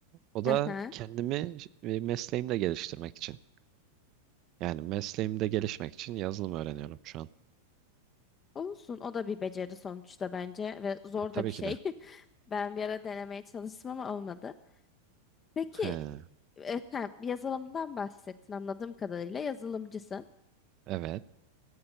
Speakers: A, on the right; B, on the left.
A: O da
B: Hı hı.
A: kendimi e, mesleğimde geliştirmek için. Yani mesleğimde gelişmek için yazılım öğreniyorum şu an.
B: Olsun. O da bir beceri sonuçta bence ve zor
A: E, tabii
B: da bir
A: ki
B: şey.
A: de.
B: <laughs> Ben bir ara denemeye çalıştım ama olmadı. Peki
A: He,
B: e, ha, yazılımdan bahsettin anladığım kadarıyla yazılımcısın.
A: evet.